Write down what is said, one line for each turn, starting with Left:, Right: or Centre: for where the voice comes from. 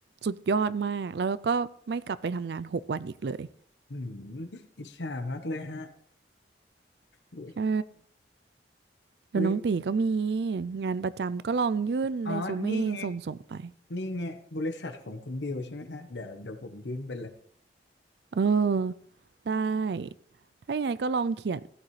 Right: สุดยอดมากแล้วก็ไม่กลับไปทำงานหกวันอีกเลย
Left: อืมอิจฉามากเลยฮะอุ้ย
Right: ใช่แล้วน้องตีก็มี
Left: อุ้ย
Right: งานประจำก็ลองยื่นเรซูเม่ส่งส่งไป
Left: อ๋อ นี่ไง นี่ไงบริษัทของคุณบิวใช่ไหมฮะ เดี๋ยวเดี๋ยวผมยื่นไปเลย
Right: เออได้ถ้ายังไงก็ลองเขียน